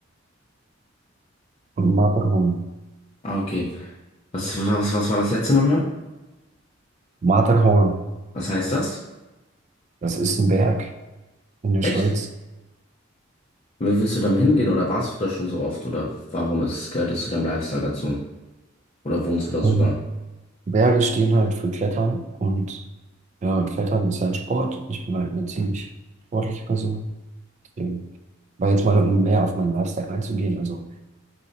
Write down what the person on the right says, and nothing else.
und Matterhorn.
Matterhorn,
das ist ein Berg in der
Schweiz.
Und
Berge stehen halt für Klettern und ja, Klettern ist ja ein Sport. Ich bin halt eine ziemlich sportliche Person. Deswegen war jetzt mal, um mehr auf meinen Lifestyle einzugehen. Also,